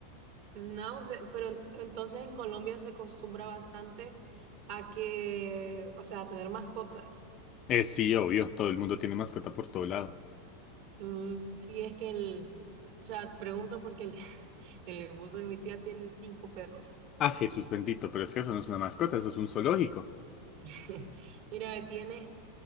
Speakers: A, on the right (about 65°); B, on the left (about 35°).
A: Schnauzer, pero en- entonces en Colombia se acostumbra bastante a que, o sea, a tener mascotas.
B: Eh, sí, obvio, todo el mundo tiene mascota por todo lado.
A: Mm, sí, es que el, o sea, pregunto porque el <laughs> El esposo de mi tía tiene cinco perros.
B: Ah, Jesús bendito, pero es que eso no es una mascota, eso es un zoológico.
A: <laughs> Mira, tiene.